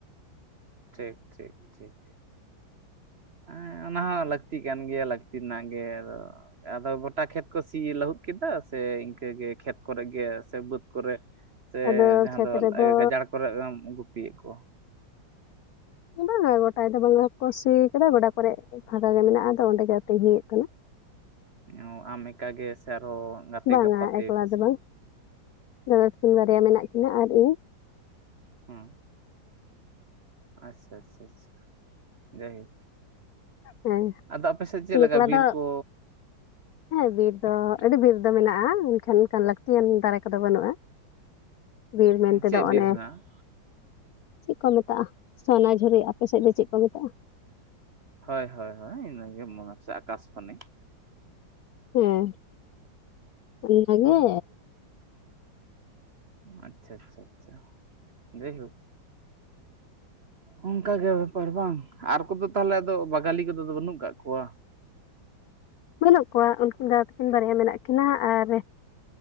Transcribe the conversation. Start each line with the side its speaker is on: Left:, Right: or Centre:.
Right: ᱴᱷᱤᱠ ᱴᱷᱤᱠ ᱴᱷᱤᱠ ᱦᱮᱸ ᱚᱱᱟ ᱦᱚᱸ ᱞᱟᱹᱠᱛᱤᱜ ᱠᱟᱱ ᱜᱮᱭᱟ ᱞᱟᱹᱠᱛᱤ ᱨᱮᱱᱟᱜ ᱜᱮ ᱟᱫᱚ ᱟᱫᱚ ᱜᱚᱴᱟ ᱠᱷᱮᱛ ᱠᱚ ᱥᱤ ᱞᱟᱹᱦᱩᱫ ᱠᱮᱫᱟ ᱥᱮ ᱤᱱᱠᱟᱹ ᱜᱮ ᱠᱷᱮᱛ ᱠᱚᱨᱮ ᱜᱮ ᱥᱮ ᱵᱟᱹᱫᱽ ᱠᱚᱨᱮ ᱥᱮ
Left: ᱟᱫᱚ
Right: ᱡᱟᱦᱟᱸ
Left: ᱠᱷᱮᱛ
Right: ᱫᱚ
Left: ᱨᱮᱫᱚ
Right: ᱜᱟᱡᱟᱲ ᱠᱚᱨᱮᱢ ᱜᱩᱯᱤᱭᱮᱫ ᱠᱚᱣᱟ
Left: ᱵᱟᱝᱟ ᱜᱚᱴᱟ ᱫᱚ ᱵᱟᱝᱞᱟ ᱠᱚ ᱥᱤ ᱠᱟᱫᱟ ᱜᱚᱰᱟ ᱠᱚᱨᱮ ᱯᱷᱟᱸᱠᱟ ᱜᱮ ᱢᱮᱱᱟᱜᱼᱟ ᱟᱫᱚ ᱚᱸᱰᱮ ᱜᱮ ᱟᱛᱤᱧ ᱦᱩᱭᱩᱜ ᱠᱟᱱᱟ
Right: <unintelligible> ᱟᱢ ᱮᱠᱟ ᱜᱮ ᱥᱮ ᱟᱨᱦᱚᱸ ᱜᱟᱛᱮ
Left: ᱵᱟᱝᱟ
Right: ᱜᱟᱯᱟᱛᱮ
Left: ᱮᱠᱞᱟ
Right: ᱥᱮᱱ
Left: ᱫᱚ ᱵᱟᱝ ᱫᱟᱫᱟ ᱛᱟᱠᱤᱱ ᱵᱟᱨᱭᱟ ᱢᱮᱱᱟᱜ ᱠᱤᱱᱟ ᱟᱨ ᱤᱧ
Right: ᱦᱚᱸ ᱟᱪᱪᱷᱟ ᱟᱪᱪᱷᱟ ᱟᱪᱪᱷᱟ ᱡᱟᱭᱦᱮ
Left: ᱦᱮᱸ
Right: ᱟᱫᱚ ᱟᱯᱮ ᱥᱮᱫ ᱪᱮᱫ ᱞᱮᱠᱟ
Left: ᱮᱠᱞᱟ
Right: ᱵᱤᱨ
Left: ᱫᱚ
Right: ᱠᱚ
Left: ᱦᱮᱸ ᱵᱤᱨ ᱫᱚ ᱟᱹᱰᱤ ᱵᱤᱨ ᱫᱚ ᱢᱮᱱᱟᱜᱼᱟ ᱢᱮᱱᱠᱷᱟᱱ ᱚᱱᱠᱟᱱ ᱞᱟᱹᱠᱛᱤᱭᱟᱱ ᱫᱟᱨᱮ ᱠᱚᱫᱚ ᱵᱟᱹᱱᱩᱜᱼᱟ ᱵᱤᱨ ᱢᱮᱱᱛᱮ
Right: ᱪᱮᱫ
Left: ᱫᱚ
Right: ᱵᱤᱨ
Left: ᱚᱱᱮ
Right: ᱦᱮᱱᱟᱜᱼᱟ?
Left: ᱪᱮᱫ ᱠᱚ ᱢᱮᱛᱟᱜᱼᱟ ᱥᱚᱱᱟ ᱡᱷᱩᱨᱤ ᱟᱯᱮ ᱥᱮᱫ ᱫᱚ ᱪᱮᱫ ᱠᱚ ᱢᱮᱛᱟᱜᱼᱟ?
Right: ᱦᱳᱭ ᱦᱳᱭ ᱦᱳᱭ ᱤᱱᱟᱹᱜᱮ ᱢᱚᱱᱮ ᱦᱚᱪᱪᱷᱮ ᱟᱠᱟᱥ ᱵᱟᱱᱤ
Left: ᱦᱮᱸ ᱚᱱᱟᱜᱮ
Right: ᱦᱮᱸ ᱟᱪᱪᱷᱟ ᱟᱪᱪᱷᱟ ᱟᱪᱪᱷᱟ ᱡᱟᱭᱦᱳᱠ ᱚᱱᱠᱟᱜᱮ ᱵᱮᱯᱟᱨ ᱵᱟᱝ ᱟᱨ ᱠᱚᱫᱚ ᱛᱟᱦᱚᱞᱮ ᱟᱫᱚ ᱵᱟᱜᱟᱞᱤ ᱠᱚᱫᱚ ᱟᱫᱚ ᱵᱟᱹᱱᱩᱜ ᱠᱟᱜ ᱠᱚᱣᱟ
Left: ᱵᱟᱹᱱᱩᱜ ᱠᱚᱣᱟ ᱩᱱᱠᱤᱱ ᱫᱟᱫᱟ ᱛᱟᱹᱠᱤᱱ ᱵᱟᱨᱭᱟ ᱢᱮᱱᱟᱜ ᱠᱤᱱᱟ ᱟᱨ